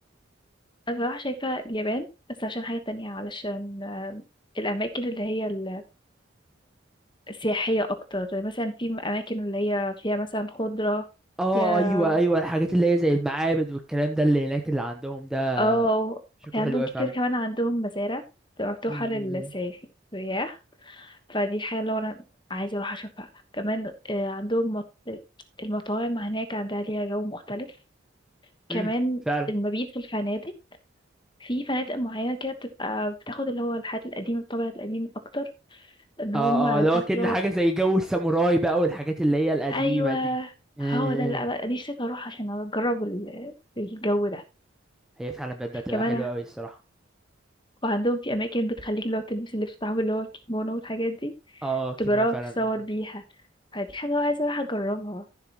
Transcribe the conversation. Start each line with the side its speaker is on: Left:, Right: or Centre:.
Left: أنا بصراحة شايفة اليابان بس عشان حاجة تانية علشان آه، الأماكن اللي هي ال- السياحية أكتر مثلا في أماكن اللي هي فيها مثلا خضرة
Centre: اه
Left: فيها
Centre: ايوه ايوه الحاجات اللي هي زي المعابد والكلام ده اللي هناك اللي عندهم ده
Left: اه
Centre: شكله
Left: في عندهم
Centre: حلو اوي
Left: كتير
Centre: فعلا
Left: كمان عندهم مزارع بتبقى مفتوحة
Centre: امم
Left: للسياح سياح. فدي حاجة اللي هو أنا عايزة أروح أشوفها كمان آه، عندهم مط- المطاعم هناك عندها ليها جو مختلف كمان
Centre: امم فعلا
Left: المبيت في الفنادق في فنادق معينة كده بتبقى بتاخد اللي هو الحاجات القديمة الطابع القديم أكتر ان هم
Centre: اه اه اللي
Left: مش
Centre: هو
Left: عارف
Centre: كأن حاجه زي جو الساموراي بقى والحاجات اللي هي القديمه
Left: أيوه،
Centre: دي امم
Left: هو ده اللي أنا نِفسي أروح عشان أجرّب ال الجو ده،
Centre: هي فعلا بجد هتبقى
Left: كمان
Centre: حلوه اوي الصراحه
Left: وعندهم في أماكن بتخلّيكِ اللي هو تلبسي اللبس بتاعهم اللي هو الكيمونو والحاجات دي،
Centre: اه آه، كيمونو
Left: تجرّبي
Centre: فعلا
Left: وتتصور بيها، فدي حاجة أنا عايزة أروح أجرّبها،